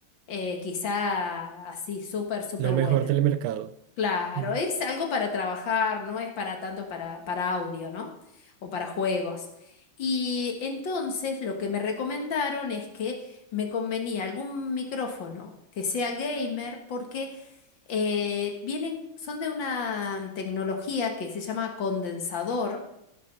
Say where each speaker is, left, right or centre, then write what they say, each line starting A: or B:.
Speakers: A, on the left; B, on the right.
A: eh, quizá así súper, súper
B: Lo mejor
A: buena.
B: del mercado.
A: Claro,
B: Sí, ¿no?
A: es algo para trabajar, no es para tanto para, para audio, ¿no? O para juegos. Y entonces lo que me recomendaron es que me convenía algún micrófono que sea gamer porque eh, vienen, son de una tecnología que se llama condensador